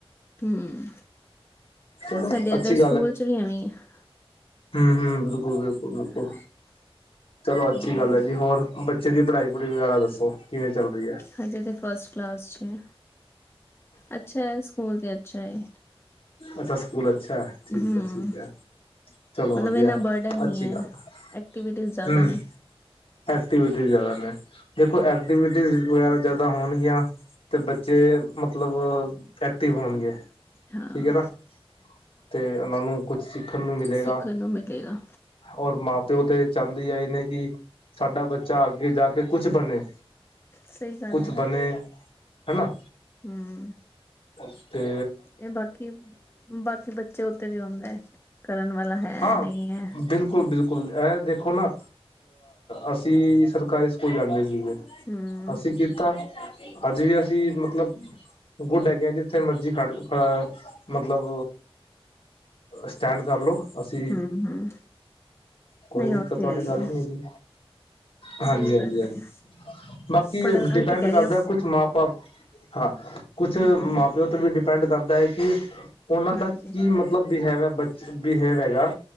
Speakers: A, on the left (about 25°); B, on the left (about 65°).
A: ਹਮ,
B: ਚਲੋ
A: ਸਾਡੇ
B: ਅੱਛੀ
A: ਇੱਧਰ ਸਕੂਲ 'ਚ' ਵੀ ਐਵੇਂ ਹੀ ਆ।
B: ਹਮ-ਹਮ ਬਿਲਕੁਲ, ਬਿਲਕੁਲ-ਬਿਲਕੁਲ।
A: ਹੈ
B: ਚਲੋ ਅੱਛੀ
A: ਹੋਰ
B: ਗੱਲ ਐ ਜੀ, ਹੋਰ ਬੱਚੇ ਦੀ ਪੜ੍ਹਾਈ-ਪੜੂਈ ਵਗੈਰਾ ਦੱਸੋ ਕਿਵੇਂ ਚੱਲ ਰਹੀ ਐ?
A: ਹਜੇ ਤੇ ਫਸਟ ਕਲਾਸ 'ਚ' ਐ, ਅੱਛਾ ਹੈ, ਸਕੂਲ ਤੇ ਅੱਛਾ ਐ।
B: ਅੱਛਾ, ਸਕੂਲ ਅੱਛਾ ਠੀਕ
A: ਹੂੰ
B: ਐ, ਠੀਕ ਐ। ਚਲੋ
A: ਮਤਲਬ
B: ਵਧੀਆ।
A: ਇੰਨਾ ਬਰਡਨ ਨਹੀਂ
B: ਅੱਛੀ
A: ਹੈ
B: ਗੱਲ ਆ।
A: ਐਕਟੀਵਿਟੀਜ਼ ਜ਼ਿਆਦਾ
B: ਹਮ
A: ਨੇ
B: ਐਕਟੀਵਿਟੀ ਜ਼ਿਆਦਾ ਨੇ ਦੇਖੋ ਐਕਟੀਵਿਜ਼ ਵਗੈਰਾ ਜਿਆਦਾ ਹੋਣਗੀਆਂ ਤੇ ਬੱਚੇ ਮਤਲਬ ਐਕਟਿਵ ਹੋਣਗੇ।
A: ਹਾਂ
B: ਠੀਕ ਏ ਨਾ ਤੇ ਉਹਨਾਂ ਨੂੰ ਕੁਛ ਸਿੱਖਣ ਨੂੰ ਮਿਲੇਗਾ।
A: ਸਿੱਖਣ ਨੂੰ ਮਿਲੇਗਾ
B: ਔਰ ਮਾਂ-ਪਿਓ ਤੇ ਚਾਹਦੇ ਆਏ ਨੇ ਕਿ ਸਾਡਾ ਬੱਚਾ ਅੱਗੇ ਜਾ ਕੇ ਕੁਛ ਬਣੇ
A: ਸਹੀ ਗੱਲ
B: ਕੁਛ
A: ਹੈ
B: ਬਣੇ। ਹਨਾ।
A: ਹਮ।
B: ਉਤੇ
A: ਇਹ ਬਾਕੀ-ਬਾਕੀ ਬੱਚੇ ਉੱਤੇ ਵੀ ਆਦੇ ਏ ਕਰਨ ਵਾਲਾ ਹੈ
B: ਹਾਂ
A: ਨਹੀਂ ਹੈ।
B: ਬਿਲਕੁਲ ਬਿਲਕ- ਲ ਐਹ ਦੇਖੋ ਨਾ ਅਸੀ ਸਰਕਾਰੀ ਸਕੂਲ ਜਾਂਦੇ ਸੀਗੇ।
A: ਹਮ
B: ਅਸੀ ਕੀਤਾ ਅੱਜ ਵੀ ਅਸੀ ਮਤਲਬ ਗੁੱਡ ਹੈਗੇ ਆ ਜਿੱਥੇ ਮਰਜੀ ਖੜ ਮਤਲਬ ਸਟੈਂਡ ਕਰ ਲਉ। ਅਸੀਂ
A: ਹਮ ਹਮ
B: ਕੋਈ
A: ਨਹੀਂ
B: ਦਿੱਕਤ
A: ਉਹ ਤੇ
B: ਵਾਲੀ
A: ਹੈ ਹੀ
B: ਗੱਲ
A: ਹੈ
B: ਨਹੀ ਹੈਗੀ। ਹਾਂਜੀ
A: ਸਹੀ
B: ਹਾਂਜੀ
A: ਗੱਲ
B: ਹਾਂਜੀ।
A: ਹੈ
B: ਬਾਕੀ
A: ਪੜ੍ਹਨ
B: ਡਿਪੈਂਡ
A: ਉਹੀ ਤੇ ਕਹਿ
B: ਕਰਦਾ
A: ਰਹੀ ਹ
B: ਕੁਛ ਮਾਂ ਬਾਪ ਹਾਂ, ਕੁਛ
A: ਹਮ
B: ਮਾਂ-ਪਿਓ ਤੇ ਵੀ ਡਿਪੈਂਡ ਕਰਦਾ ਏ ਕਿ ਉਹਨਾਂ ਦਾ
A: ਹਾਂਜੀ
B: ਕੀ ਮ- ਮਤਲਬ ਬਿਹੇਵ ਹੈਗਾ